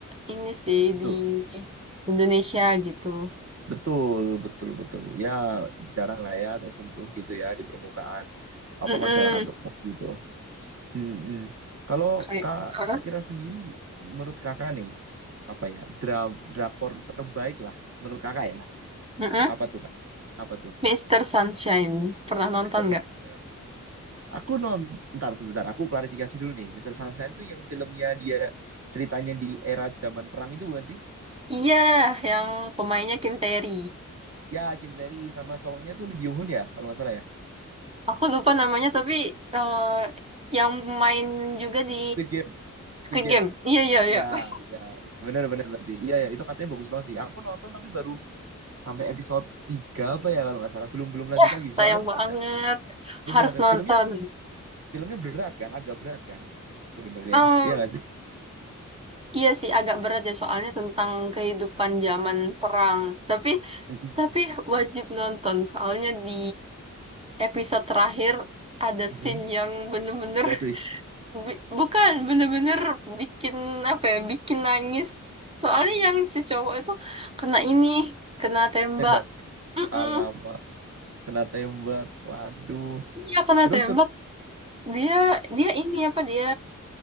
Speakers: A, on the right; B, on the right.
A: ini sih
B: Betul.
A: di Indonesia gitu.
B: Betul. Betul. Betul. Ya jarang lah ya tersentuh gitu ya di permukaan apa
A: Mm-mm.
B: masyarakat umum gitu. Mm-mm. Kalau
A: Kayak
B: Kak
A: huh?
B: Sakira sendiri, menurut Kakak nih, apa ya, dra- drakor terbaik lah, menurut Kakak ya,
A: Mm-mm.
B: apa tuh Kak? Apa tuh,
A: Mr. Sunshine pernah nonton
B: Mister Sunshine?
A: nggak?
B: Aku non, ntar sebentar, aku klarifikasi dulu nih, Mister Sunshine tuh yang filmnya dia, ceritanya di era zaman perang itu bukan sih?
A: Iya, yang pemainnya Kim Terry.
B: Ya, Kim Tae Ri sama cowoknya tuh Lee Byung Hun ya, kalau nggak salah ya.
A: Aku lupa namanya tapi eh, yang main juga di
B: Squid Game,
A: Squid
B: Squid Game.
A: Game. Iya iya
B: Ya,
A: iya. <laughs>
B: ya, benar-benar berarti. Iya, ya, itu katanya bagus banget sih. Aku nonton tapi baru sampai episode 3 apa ya kalau nggak salah belum belum lanjut
A: Ya,
B: lagi soalnya
A: sayang
B: filmnya-
A: banget.
B: bener
A: Harus nonton.
B: filmnya filmnya berat kan agak berat kan sebenarnya
A: Em,
B: iya nggak sih
A: iya sih agak berat ya soalnya tentang kehidupan zaman perang. Tapi
B: Mm-mm.
A: tapi wajib nonton soalnya di episode terakhir ada
B: Mm-mm.
A: scene yang bener-bener
B: plot
A: <laughs>
B: twist
A: bi- bukan bener-bener bikin apa ya bikin nangis. Soalnya yang si cowok itu kena ini kena tembak.
B: tembak
A: Mm-mm.
B: alamat kena tembak waduh
A: Iya kena
B: terus
A: tembak.
B: terus
A: Dia dia ini apa dia